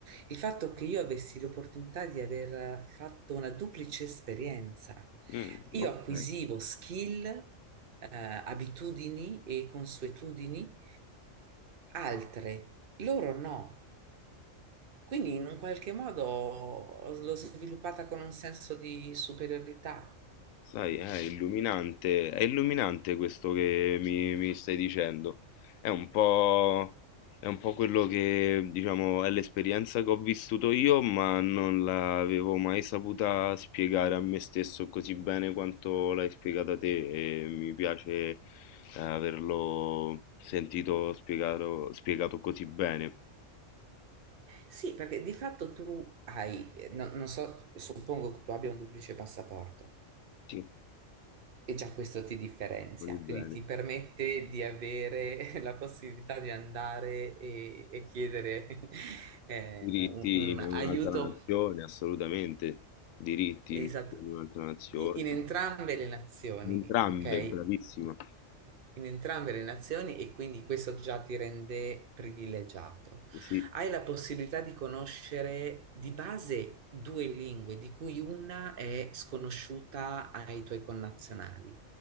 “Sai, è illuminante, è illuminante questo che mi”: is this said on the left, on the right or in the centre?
Left